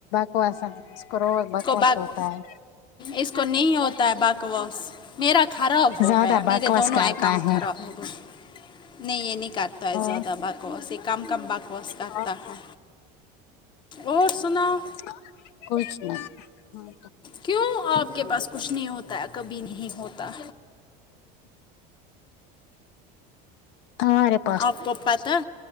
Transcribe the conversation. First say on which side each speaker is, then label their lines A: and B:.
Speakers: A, on the left; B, on the left.
A: کو ایسا اس کو روز بکواس
B: بک
A: ہوتا ہے
B: اس کو نہیں ہوتا ہے بکواس میرا خراب ہو
A: زیادہ
B: گیا
A: بکواس
B: میرے دونوں
A: کرتا
B: اکاؤنٹ
A: ہے
B: خراب ہو گئے نہیں یہ نہیں کرتا ہے
A: اور
B: زیادہ بکواس یہ کم کم بکواس
A: کچھ
B: کرتا
A: خاص
B: ہے اور سناو
A: بات کچھ نہیں
B: کیوں آپ کے پاس کچھ نہیں ہوتا ہے کبھی نہیں ہوتا
A: ہر <unintelligible>
B: آپ کو پتہ